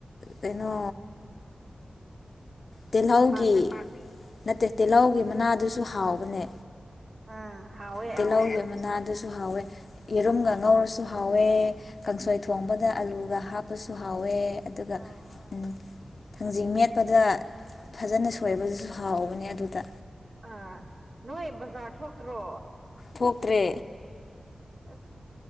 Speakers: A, on the left; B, on the right.
A: ꯀꯩꯅꯣ ꯇꯤꯜꯂꯧꯒꯤ
B: ꯅꯄꯥꯛꯄꯤ
A: ꯅꯠꯇꯦ ꯇꯤꯜꯍꯧꯒꯤ ꯃꯅꯥꯗꯨꯁꯨ ꯍꯥꯎꯕꯅꯦ
B: ꯑꯥ ꯍꯥꯎꯋꯦ
A: ꯇꯤꯜꯍꯧꯒꯤ
B: ꯑꯗꯨꯁꯨ
A: ꯃꯅꯥꯗꯨꯁꯨ ꯍꯥꯎꯋꯦ ꯌꯦꯔꯨꯝꯒ ꯉꯧꯔꯁꯨ ꯍꯥꯎꯋꯦ ꯀꯥꯡꯁꯣꯏ ꯊꯣꯡꯕꯗ ꯑꯂꯨꯒ ꯍꯥꯞꯄꯁꯨ ꯍꯥꯎꯋꯦ ꯑꯗꯨꯒ
B: ꯑꯥ
A: ꯑꯝ ꯊꯥꯡꯖꯤꯡ ꯃꯦꯠꯄꯗ ꯐꯖꯅ ꯁꯣꯏꯕꯗꯨꯁꯨ ꯍꯥꯎꯕꯅꯦ ꯑꯗꯨꯗ
B: ꯑꯥ ꯅꯣꯏ ꯕꯖꯥꯔ ꯊꯣꯛꯇ꯭ꯔꯣ
A: ꯊꯣꯛꯇ꯭ꯔꯦ
B: ꯑꯁ